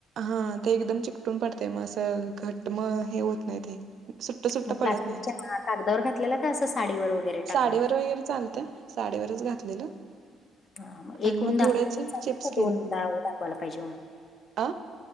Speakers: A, on the right (about 65°); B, on the left (about 45°).
A: हां, ते एकदम चिकटून पडतंय, मग असं घट मग हे होत नाही ते. सुट्ट सुट्ट
B: मग प्लास्टिकच्या
A: पडत नाही,
B: हा कागदावर घातलेला का असं साडीवर वगैरे टाकला
A: साडीवर
B: होता.
A: वगैरे चालतं. साडीवरच घातलेलं.
B: हां,
A: आणि
B: एक
A: मग
B: ऊन
A: थोड्याचे
B: दाखवलं तर चालेल
A: चिप्स
B: काय, दोन दा दाखवायला पाहिजे मग.
A: आ.